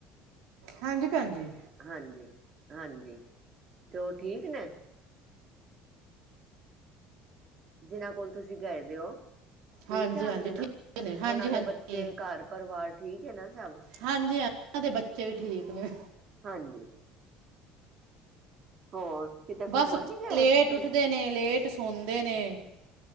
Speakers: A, on the right (about 80°); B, on the right (about 40°).
A: ਹਾਂਜੀ ਭੈਣਜੀ
B: ਹਾਂਜੀ, ਹਾਂਜੀ ਤੇ ਉਹ ਠੀਕ ਨੇ। ਜਿਨਾਂ ਕੋਲ ਤੁਸੀਂ ਗਏ ਦੇ ਓ ਠੀਕ
A: ਹਾਂਜੀ
B: ਠਾਕ
A: ਹਾਂਜੀ
B: ਨੇ ਨਾ,
A: ਠੀਕ ਨੇ ਹਾਂਜੀ
B: ਉਹਨਾਂ ਦੇ
A: ਹਾਂਜੀ
B: ਬੱਚੇ
A: ਠੀਕ
B: ਘਰ ਪਰਿਵਾਰ ਠੀਕ ਏ ਨਾ ਸਬ
A: ਹਾਂਜੀ ਹਾਂ, ਓਹਨਾ ਦੇ ਬੱਚੇ ਵੀ ਠੀਕ ਨੇ
B: ਹਾਂਜੀ। ਹੋਰ ਕਿਤੇ
A: ਬਸ
B: ਘੁੰਮਣ ਨੀ ਗਏ
A: ਲੇਟ
B: ਤੁਸੀਂ
A: ਉੱਠਦੇ ਨੇ ਲੇਟ ਸੌੰਦੇ ਨੇ